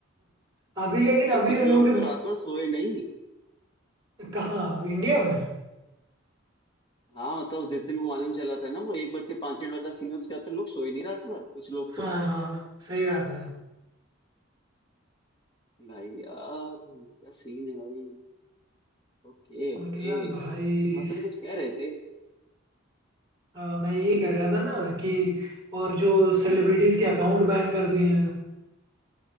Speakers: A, on the right; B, on the left.
A: अभी लेकिन
B: भाई
A: अभी
B: कुछ
A: उन
B: लोग
A: लोग
B: तो रात भर सोए नहीं
A: कहाँ इंडिया में
B: हाँ मतलब जिस दिन वो मालूम चला था ना वो एक बज के पांच मिनट वाला सीन उसके बाद तो लोग सोए नहीं रात भर कुछ लोग
A: हाँ
B: तो
A: हाँ सही बात है
B: भाई यार क्या सीन है भाई Okay
A: मतलब
B: okay
A: भाई
B: हाँ तुम कुछ कह रहे थे
A: हाँ मैं यही कह रहा था ना कि और जो सेलिब्रिटीज के अकाउंट बैन कर दिए हैं